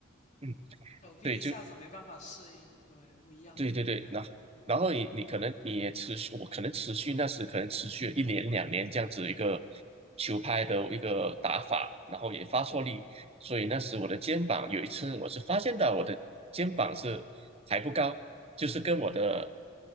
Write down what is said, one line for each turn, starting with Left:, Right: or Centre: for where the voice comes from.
Right: 嗯，
Left: 手臂一下子没办法适应，
Right: 对，就
Left: 对，不一样的重量。
Right: 对对对，那然后你你可能你也持续，
Left: 嗯
Right: 我可能持续那时可能持续了一年两年这样子一个球拍的一个打法，然后也发错力，
Left: 嗯
Right: 所以那时我的肩膀有一次我是发现到我的肩膀是抬不高，就是跟我的
Left: 嗯